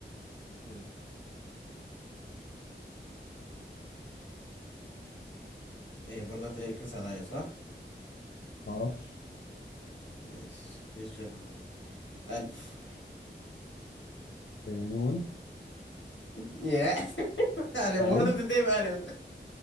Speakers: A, on the left (about 80°); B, on the left (about 70°).
A: م. ايه برضه هتنكس عليا صح؟
B: معرفش
A: ماشي مفيش غيرها باين ألف
B: أه. نون
A: <laughs> ياء ألف
B: ألف
A: برضه بتنتهي بألف <laughs>